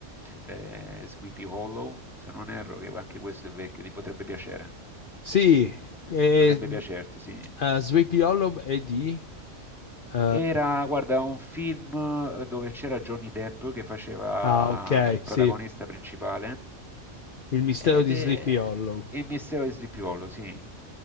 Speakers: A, in the centre; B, on the left.
A: eh, eh, Sleepy Hollow, se non erro, che anche questo è vecchio, ti potrebbe piacere,
B: Sì, e,
A: potrebbe piacerti, sì.
B: eh, Sleepy Hollow è di... eh,
A: Era, guarda, un film eh, dove c'era Johnny Depp che faceva
B: ah, ok,
A: il protagonista
B: sì,
A: principale
B: Il mistero
A: ed
B: di
A: è
B: Sleepy Hollow.
A: Il mistero di Sleepy Hollow, sì.